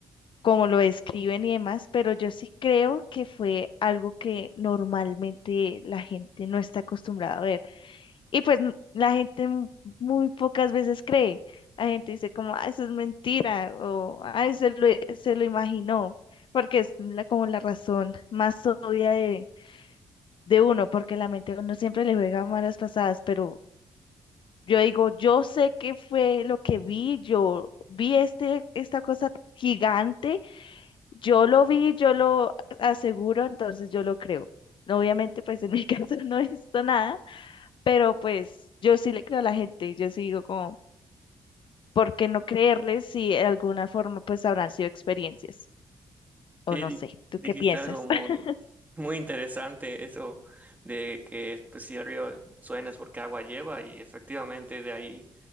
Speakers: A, on the left; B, on the right.
A: como lo describen y demás, pero yo sí creo que fue algo que normalmente la gente no está acostumbrada a ver. Y pues n- la gente mu- muy pocas veces cree. La gente dice como, ah, eso es mentira, o ah, se lo, se lo imaginó, porque es la, como la razón más obvia de de uno, porque la mente a uno siempre le juega malas pasadas, pero yo digo, yo sé qué fue lo que vi, yo vi este, esta cosa gigante, yo lo vi, yo lo aseguro, entonces yo lo creo. No, Obviamente, pues en mi <laughs> caso no he visto nada, pero pues yo sí le creo a la gente, yo sí digo como, ¿por qué no creerles si de alguna forma pues habrán sido experiencias? O
B: Sí,
A: no
B: di-
A: sé, ¿tú
B: dijiste
A: qué piensas?
B: algo muy,
A: <laughs>
B: muy interesante, eso de que pues, si el río suena es porque agua lleva y efectivamente de ahí